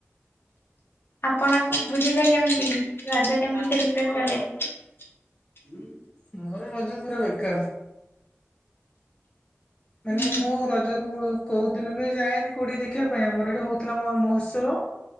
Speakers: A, on the left; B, on the left.
A: ଆପଣ ବୁଲିଲେ କେମିତି ରଜ କେମିତି ସେଲିବ୍ରେଟ କଲେ।
B: ମୋର ରଜ ପୁରା ବେକାର। ମାନେ
A: ହୁଁ
B: ମୁଁ ରଜକୁ କୋଉ ଦିନ ବି ଯାଏନି। କଉଠି କି ଦେଖିବା ପାଇଁ ଆମର ଏଇଟା ହଉଥିଲା ମୋ ମହୋତ୍ସବ।